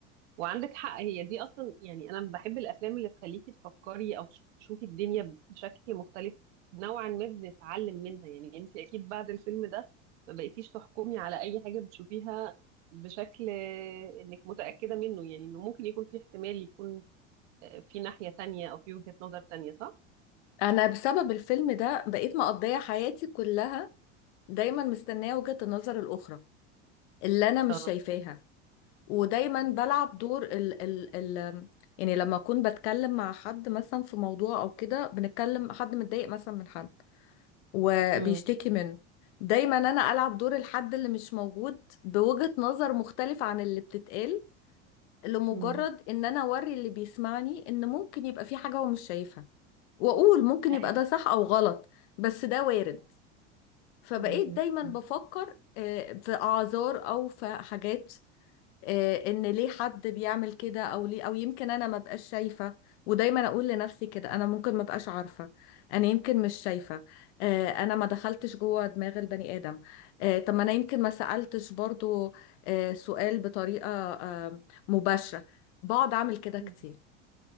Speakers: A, on the right; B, on the left.
A: وعندك حق هي دي اصلا يعني انا بحب الافلام اللي تخليكي تفكري او تشوفي الدنيا بشكل مختلف نوعا ما بنتعلم منها يعني انت اكيد بعد الفيلم ده ما بقيتيش تحكمي على اي حاجة بتشوفيها بشكل آه، انك متأكدة منه يعني انه ممكن يكون في احتمال يكون آه، في ناحية تانية او في وجهة نظر تانية صح
B: انا بسبب الفيلم ده بقيت مقضيه حياتي كلها دايما مستنيه وجهه النظر الاخرى اللي انا مش
A: اه
B: شايفاها ودايما
A: مم.
B: بلعب دور ال ال ال يعني لما اكون بتكلم مع حد مثلا في موضوع او كده بنتكلم حد متضايق مثلا من حد وبيشتكي
A: مم.
B: منه دايما انا العب دور الحد اللي مش موجود بوجهة نظر مختلفة عن اللي بتتقال لمجرد
A: مم.
B: ان انا اوري اللي بيسمعني ان ممكن يبقى في حاجة هو مش شايفها واقول ممكن يبقى
A: ايوه
B: ده صح او غلط بس ده وارد فبقيت
A: مم.
B: دايما
A: مم.
B: بفكر آه، في اعذار او في حاجات آه، ان ليه حد بيعمل كده او ليه او يمكن انا ما بقاش شايفه ودايما اقول لنفسي كده انا ممكن ما بقاش عارفه انا يمكن مش شايفه آه، انا ما دخلتش جوه دماغ البني ادم آه، طب ما انا يمكن ما سالتش برضو آه، سؤال بطريقه آه، مباشره بقعد اعمل كده كتير
A: مم.